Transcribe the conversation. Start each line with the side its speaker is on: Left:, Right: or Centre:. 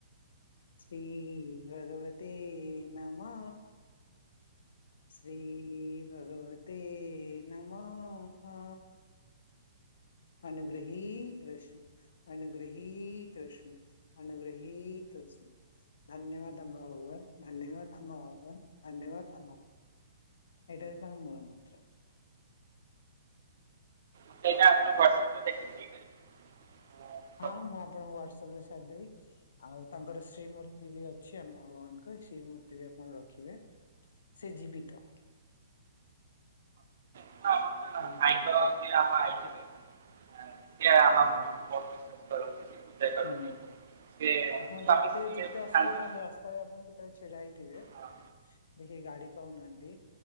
Left: ଶ୍ରୀ ଭଗବତେ ନମ୍ଃ। ଶ୍ରୀ ଭଗବତେ ନମ୍ଃ। ଅନୁଗୃହୀତସ୍ମେ ଅନୁଗୃହୀତସ୍ମେ ଅନୁଗୃହୀତସ୍ମେ। ଧନ୍ୟବାଦ ଆମହବ ଧନ୍ୟବାଦ ଆମହବ ଧନ୍ୟବାଦ ଆମ। ଏଇଟା ହଉଚି ତାଙ୍କ ମୂଳ ମନ୍ତ୍ର।
Right: ସେଇଟା ଆପଣ ହ୍ୱାଟସପରେ ଦେଖିକିପିବେ।
Left: ହଁ ମୁଁ ଆପଣଙ୍କୁ ହ୍ଵାଟ୍ସଆପରେ ସାରିଦେବି‌। ଆଉ ତାଙ୍କର ଶ୍ରୀମୂର୍ତ୍ତି ବି ଅଛି ଆମ ଭଗବାନଙ୍କ ଶ୍ରୀମୂର୍ତ୍ତି ବି ଆପଣ ରଖିବେ। ସେ ଜୀବିତ।
Right: <inaudible>
Left: ହୁଁ।
Right: ଇଏ ଆମ ଆଇଥିବେ ସିଏ ଆମ
Left: ଆଜ୍ଞା
Right: ବିଶ୍ୱାସ କରନ୍ତି। ପୂଜା କରନ୍ତି
Left: ହୁଁ
Right: ସିଏ
Left: ଆପଣ
Right: ସ୍ୱାମୀ
Left: ଯେତେ
Right: ସ୍ତ୍ରୀ
Left: ଯେତେ ଅସୁବିଧା
Right: ଥାନ୍ତି
Left: ଥାଆନ୍ତୁ। ରାସ୍ ତଳେ ଆପଣ କେତେବେଳେ ଛିଡା ହେଇଥିବେ।
Right: ହଁ
Left: ଦେଖିବେ ଗାଡି ପାଉନାହାନ୍ତି